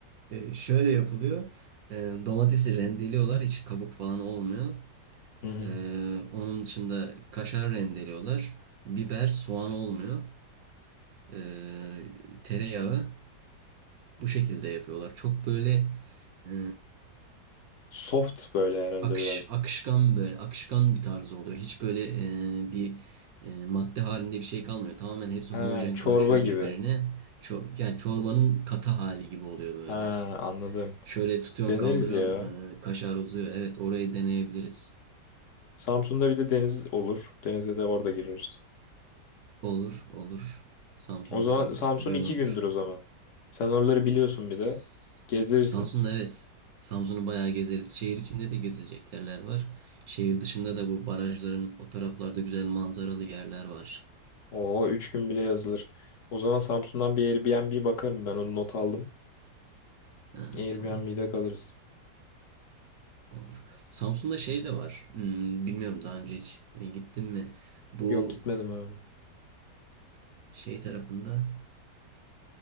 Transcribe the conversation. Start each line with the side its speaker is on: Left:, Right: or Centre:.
Right: E, şöyle yapılıyor. E, domatesi rendeliyorlar. Hiç kabuk falan olmuyor.
Left: <laughs> Hı hı.
Right: Ee, onun dışında kaşar rendeliyorlar. Biber, soğan olmuyor. Ee, tereyağı bu şekilde yapıyorlar. Çok böyle e,
Left: Soft böyle herhalde
Right: akış
Left: biraz.
Right: akışkan böyle akışkan bir tarz oluyor. Hiç böyle e, bir e, madde halinde bir şey kalmıyor. Tamamen hepsi
Left: Ha
Right: homojen
Left: çorba
Right: karışıyor
Left: gibi.
Right: birbirine. Ço- yani çorbanın katı hali gibi oluyor böyle.
Left: Ha anladım.
Right: Şöyle tutuyorsun
Left: Deneriz
Right: kaldırıyorsun
Left: ya.
Right: e, kaşar uzuyor. Evet orayı deneyebiliriz.
Left: Samsun'da bir de deniz olur. Denize de orada gireriz.
Right: Olur olur. Samsun'da
Left: O zaman
Right: deniz
Left: Samsun
Right: güzel
Left: iki
Right: olur.
Left: gündür o zaman. Sen oraları biliyorsun bir
Right: S-
Left: de. Gezdirirsin.
Right: Samsun'da evet. Samsun'u bayağı gezeriz. Şehir içinde de gezilecek yerler var. Şehir dışında da bu barajların o taraflarda güzel manzaralı yerler var.
Left: Oo üç gün bile yazılır. O zaman Samsun'dan bir Airbnb bakarım ben onu not aldım.
Right: Ha,
Left: Airbnb'de
Right: tamam.
Left: kalırız.
Right: Olur. Samsun'da şey de var. Hmm, bilmiyorum daha önce hiç e, gittim mi? Bu
Left: Yok gitmedim abi.
Right: şey tarafında.